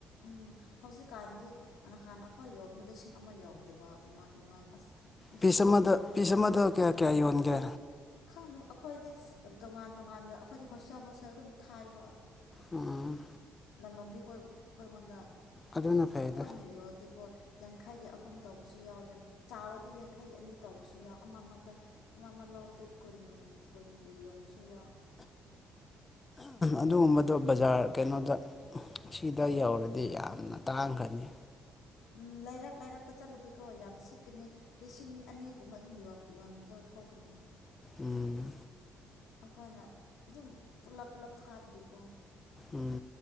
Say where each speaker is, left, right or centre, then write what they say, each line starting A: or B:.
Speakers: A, on the left; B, on the left.
A: ꯎꯝ ꯍꯧꯖꯤꯛ ꯀꯥꯟꯗꯤ ꯅꯍꯥꯟ ꯑꯩꯈꯣꯏ ꯌꯣꯝꯗ ꯂꯤꯁꯤꯡ ꯑꯃ ꯌꯥꯎꯗꯕ ꯑꯃ ꯏꯃꯥ ꯑꯁ ꯂꯤꯁꯤꯡ
B: ꯄꯤꯁ
A: ꯑꯃ
B: ꯑꯃꯗ
A: ꯌꯧꯗꯕ
B: ꯄꯤꯁ ꯑꯃꯗ ꯀꯌꯥ ꯀꯌꯥ ꯌꯣꯟꯒꯦ
A: ꯈꯪꯗꯕ ꯑꯩꯈꯣꯏꯗꯤ ꯇꯣꯉꯥꯟ ꯇꯣꯉꯥꯟ ꯌ ꯑꯩꯈꯣꯏꯗꯤ ꯍꯣꯁꯇꯦꯜ ꯍꯣꯁꯇꯦꯜ ꯑꯗꯨꯝ ꯊꯥꯏꯕ
B: ꯎꯝ
A: ꯂꯂꯣꯕꯤ ꯑꯩꯈꯣꯏ ꯑꯩꯉꯣꯟꯗ
B: ꯑꯗꯨꯅ ꯐꯩꯗ
A: ꯑ ꯈꯣꯠꯅꯔꯤꯣꯗꯤꯀꯣ ꯌꯥꯡꯈꯩꯒꯤ ꯑꯍꯨꯝ ꯇꯧꯕꯁꯨ ꯌꯥꯎ ꯆꯥꯎꯔꯗꯤ ꯌꯥꯡꯈꯩꯒꯤ ꯑꯅꯤ ꯇꯧꯕꯁꯨ ꯌꯥꯎ ꯑꯃ ꯑꯃꯗ ꯑꯃ ꯑꯃ ꯂꯧꯎꯗꯗꯤ ꯀꯨꯟꯒꯨꯝ ꯀꯨꯟꯒꯤ ꯌꯣꯟꯝꯁꯨ ꯌꯥꯎ
B: ꯑꯗꯨꯒꯨꯝꯕꯗꯣ ꯕꯖꯥꯔ ꯀꯩꯅꯣꯗ ꯁꯤꯗ ꯌꯧꯔꯗꯤ ꯌꯥꯝꯅ ꯇꯥꯡꯒꯅꯤ
A: ꯎꯝ ꯂꯩꯔꯛ ꯂꯩꯔꯛꯇ ꯆꯠꯂꯗꯤꯀꯣ ꯌꯥꯝ ꯁꯤꯠꯀꯅꯤ ꯂꯤꯁꯤꯡ ꯑꯅꯤꯒꯨꯝꯕ ꯑꯗꯨꯝ ꯌꯣꯟꯕꯗꯣ ꯊꯣꯛꯀꯅꯤ
B: ꯎꯝ
A: ꯑꯩꯈꯣꯏꯅ ꯑꯗꯨꯝ ꯄꯨꯂꯞ ꯄꯨꯂꯞ ꯊꯥꯕꯒꯤꯀꯣ
B: ꯎꯝ